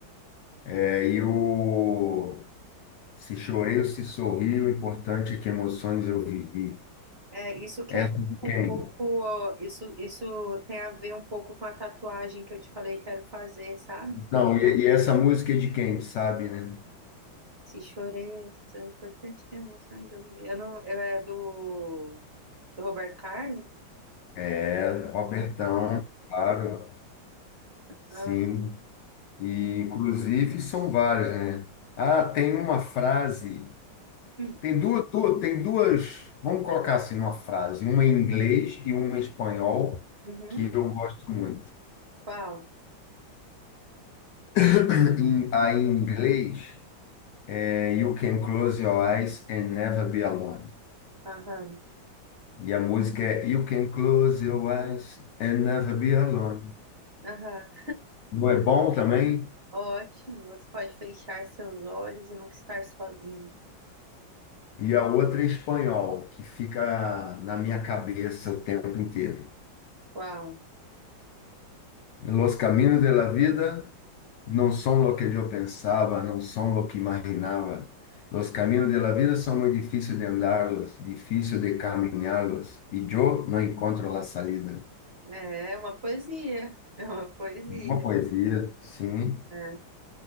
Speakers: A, on the left (about 75°); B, on the right (about 40°).
A: É, e o se chorei ou se sorri, o importante é que emoções eu vivi.
B: É, isso quer
A: Essa
B: dizer
A: é de quem?
B: que um pouco, ó, isso, isso tem a ver um pouco com a tatuagem que eu te falei que quero fazer, sabe?
A: Então, e, e essa música é de quem, tu sabe, né?
B: Se chorei, são importantes emoções eu vivi. Eu não, eu é do, do Roberto Carlos?
A: É, Robertão, claro, sim.
B: Aham.
A: E, inclusive, são várias, né? Ah, tem uma frase.
B: Uhum.
A: Tem duas, duas, tem duas. Vamos colocar assim uma frase, uma em inglês e uma em espanhol,
B: Uhum.
A: que eu gosto muito. <coughs>
B: Qual?
A: <clears throat> Em, a em inglês é You Can Close Your Eyes and Never Be Alone.
B: Aham.
A: E a música é You Can Close Your Eyes and Never Be Alone.
B: Aham.
A: Não é bom também?
B: Ótimo. Você pode fechar seus olhos e nunca estar sozinho.
A: E a outra é em espanhol, que fica na minha cabeça o tempo inteiro.
B: Qual?
A: Los caminos de la vida não são lo que eu pensava, não são lo que imaginava. Los caminos de la vida são muito difíceis de andarlos, difícil de caminhá-los, e eu não encontro a salida.
B: É é uma poesia. É uma poesia.
A: Uma poesia, sim.
B: É.